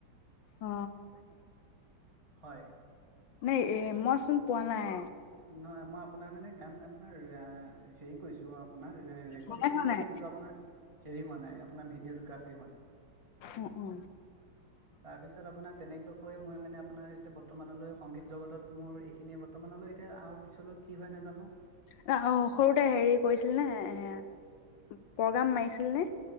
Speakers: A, on the left; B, on the right.
A: অ
B: হয়
A: নাই এ মইচোন পোৱা নাই
B: নহয় মই আপোনাৰ মানে গান আপোনাৰ হেৰি ছো আপোনাৰ ৰেকৰ্ডি
A: মনে
B: কৰিছো
A: হোৱা নাই
B: কিন্তু আপোনাৰ হেৰি হোৱা নাই আোন ভিডঅ'টোা <unintelligible>
A: অ অ
B: তাৰ পিছত আপোনাৰ তেনেকুৱাকৈ মই মানে আপোনাৰ এতিয়া বত বৰ্তমানলৈ সংগীত জগতত মোৰ এইখিনিয়ে বৰ্তমানলৈ এতিয়া আৰু পিছলৈ কি হয় নাজানো
A: অ সৰুতে হেৰি কৰিছিল নে এ প্ৰগ্ৰাম মাৰিছিল নে